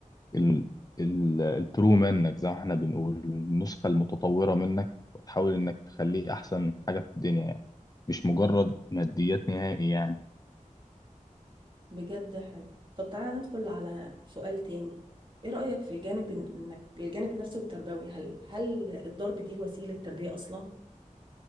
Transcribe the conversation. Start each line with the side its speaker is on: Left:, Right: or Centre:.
Left: ال- البرو منك زي ما احنا بنقول النسخة المتطورة منك وتحاول انك تخليه احسن حاجة في الدنيا يعني مش مجرد ماديات نهائي يعني
Right: بجد حلو طب تعالى ندخل على سؤال تاني ايه رأيك في الجانب إن- انك الجانب النفسي والتربوي هل هل الضرب دي وسيلة تربية اصلا